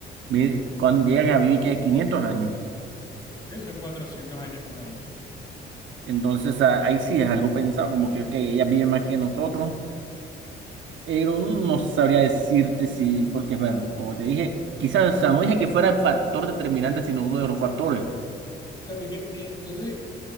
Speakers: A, on the right (about 70°); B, on the left (about 20°).
A: vi- con- llegan a vivir que 500 años.
B: Creo que son 400 años por ahí. O
A: Entonces a- ahí sí es algo pensado, como que ok, ellas viven más que nosotros, pero no sabría decirte si, porque bueno, como te dije, quizás, o sea, no dije que fuera el factor determinante, sino uno de los factores.
B: sea, tú que- eh, entonces,